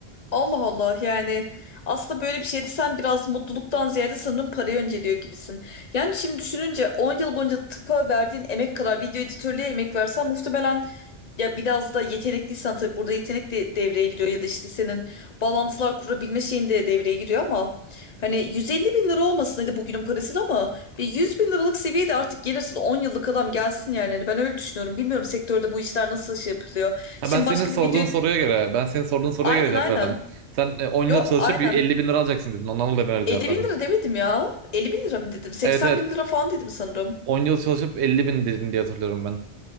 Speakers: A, on the left; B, on the right.
A: Allah Allah yani aslında böyle bir şeydi sen biraz mutluluktan ziyade sanırım parayı önceliyor gibisin. Yani şimdi düşününce 10 yıl boyunca tıpa verdiğin emek kadar video editörlüğe emek versen muhtemelen ya biraz da yetenekliysen tabii burada yetenek de devreye giriyor ya da işte senin bağlantılar kurabilme şeyin de devreye giriyor ama hani 150 bin lira olmasın hadi bugünün parasıyla ama bir 100 bin liralık seviyede artık gelirsin On yıllık adam gelsin yani Hani ben öyle düşünüyorum bilmiyorum sektörde bu işler nasıl şey yapılıyor.
B: Ha,
A: Şimdi
B: Ben senin
A: başka
B: sorduğun
A: bir video
B: soruya göre, ben senin sorduğun soruya
A: aynen
B: göre cevap
A: aynen.
B: verdim. Sen e, 10
A: Yo
B: yıl çalışıp
A: aynen
B: 50 bin lira alacaksın dedin. Ondan dolayı ben öyle
A: 50
B: cevap verdim.
A: bin lira demedim ya. 50 bin lira mı dedim? 80
B: Evet evet
A: bin lira falan dedim sanırım.
B: 10 yıl çalışıp 50 bin dedin diye hatırlıyorum ben.